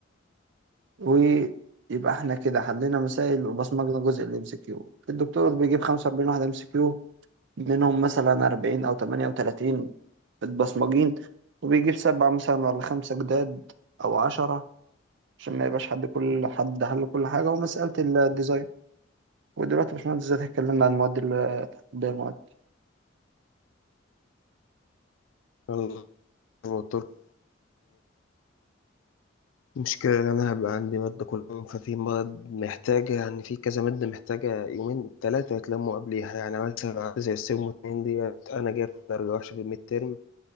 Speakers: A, on the right (about 65°); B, on the left (about 75°).
A: ويبقى احنا كده حلينا مسائل وبصمجنا جزء الام سي كيو الدكتور بيجيب 45 واحدة ام سي كيو منهم مثلا 40 او 38 متبصمجين وبيجيب سبعة مثلا ولا خمسة جداد أو عشرة عشان ما يبقاش حد كل حد حل كل حاجة ومسألة الديزاين ودلوقتي يا باشمهندس زي اتكلمنا عن المواد ال- بقى المواد
B: أنا زي ما قلت لكم المشكلة إن أنا هبقى عندي مادة كل يوم ففي مواد محتاجة يعني في كذا مادة محتاجة يومين تلاتة يتلموا قبليها يعني مثلا عندي زي السيم واتنين ديت أنا جايب درجة وحشة في الميد ترم